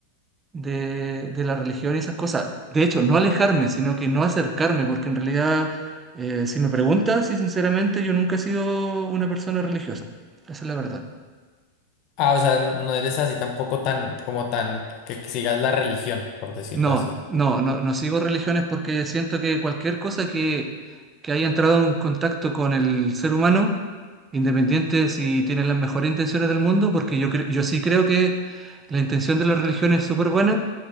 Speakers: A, on the right (about 20°); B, on the left (about 40°).
A: de, de la religión y esas cosas. De hecho, no alejarme, sino que no acercarme, porque en realidad, eh, si me preguntas, y sinceramente, yo nunca he sido una persona religiosa. Esa es la verdad.
B: Ah, o sea, no eres así tampoco tan, como tan, que, que sigas la religión, por decirlo
A: No,
B: así.
A: no, no, no sigo religiones porque siento que cualquier cosa que, que haya entrado en contacto con el ser humano, independiente de si tiene las mejores intenciones del mundo, porque yo, cre- yo sí creo que la intención de la religión es súper buena,